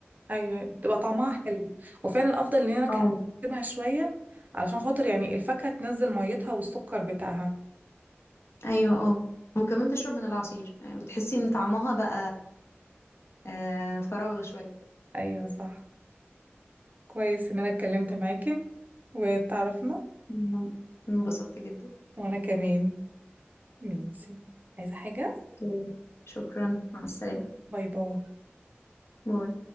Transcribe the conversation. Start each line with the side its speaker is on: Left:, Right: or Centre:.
Right: ايوه بتبقى طعمها حلو وفعلا افضل ان انا ك-
Left: اه
Right: اكتبها شويه علشان خاطر يعني الفاكهه تنزل ميتها والسكر بتاعها
Left: ايوه اه وكمان تشرب من العصير يعني بتحسي ان طعمها بقى آه، فراولة شوية
Right: ايوه صح كويس ان انا اتكلمت معاكي واتعرفنا
Left: مم. انبسطت جدا
Right: وانا كمان ماشي عايزه حاجه
Left: اوكي. شكرا مع السلامة
Right: باي باي
Left: باي